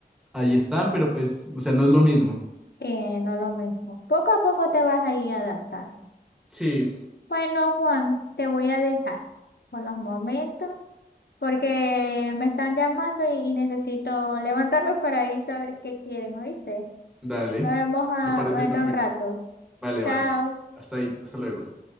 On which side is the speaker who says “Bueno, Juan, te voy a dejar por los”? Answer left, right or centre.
Left